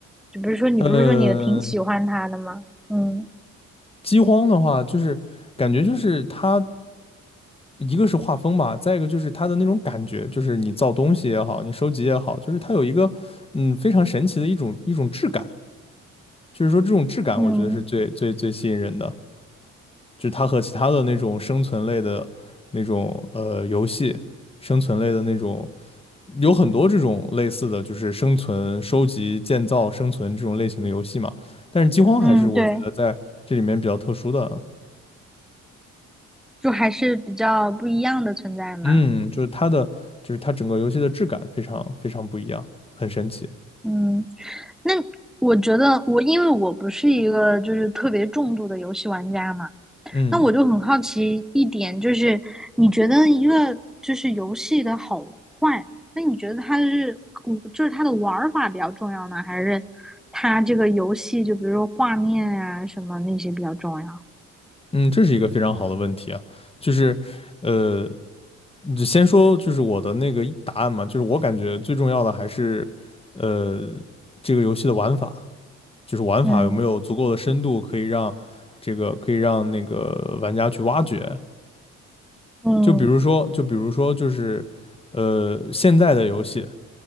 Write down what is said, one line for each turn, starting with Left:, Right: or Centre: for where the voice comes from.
Centre: 就比如说你不是说你挺喜欢它的吗？
Left: 呃，
Centre: 嗯
Left: 饥荒的话，就是感觉就是它一个是画风吧，再一个就是它的那种感觉，就是你造东西也好，你收集也好，就是它有一个嗯非常神奇的一种一种质感。就是说这种质感，
Centre: 嗯
Left: 我觉得是最最最吸引人的，就是它和其他的那种生存类的那种呃游戏，生存类的那种有很多这种类似的，就是生存、收集、建造、生存这种类型的游戏嘛。但是饥荒还是我觉得在这里面比较特殊的，
Centre: 嗯，对，就还是比较不一样的存在嘛。
Left: 嗯，就是它的就是它整个游戏的质感非常非常不一样，很神奇。
Centre: 嗯，那我觉得我因为我不是一个就是特别重度的游戏玩家嘛，
Left: 嗯
Centre: 那我就很好奇一点，就是你觉得一个就是游戏的好坏，那你觉得它是嗯就是它的玩法比较重要呢，还是它这个游戏就比如说画面啊什么那些比较重要？
Left: 嗯，这是一个非常好的问题啊，就是，呃，就先说就是我的那个答案嘛，就是我感觉最重要的还是，呃，这个游戏的玩法，就是玩法有没有足够的深度，
Centre: 嗯
Left: 可以让这个可以让那个玩家去挖掘。
Centre: 嗯。
Left: 就比如说，就比如说就是，呃，现在的游戏